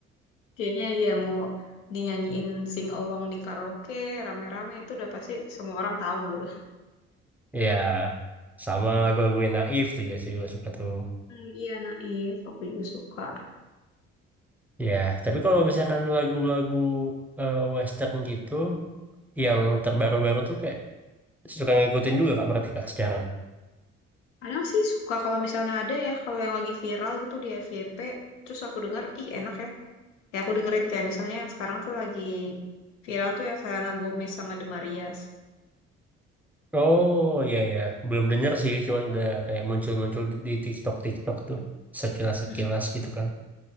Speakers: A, on the left (about 85°); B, in the centre.
A: Kayaknya ya mau dinyanyiin sing along di karaoke rame-rame itu udah pasti semua orang tahu gitu.
B: Ya, sama lagu-lagu yang naif tuh ya sih gue suka tuh.
A: Hmm, iya Naif, aku juga suka.
B: Ya, tapi kalau misalkan lagu-lagu eh, western gitu, yang terbaru-baru tuh kayak suka ngikutin juga kak berarti kak sekarang.
A: Kadang sih suka kalau misalnya ada ya, kalau yang lagi viral gitu di FYP, terus aku dengar, ih enak ya, ya aku dengerin kayak misalnya yang sekarang tuh lagi viral tuh yang Selena Gomez sama The Marias
B: Oh iya ya, belum denger sih, cuman udah kayak muncul-muncul di di TikTok-Tiktok tuh, sekilas-sekilas
A: Mm-mm.
B: gitu kan.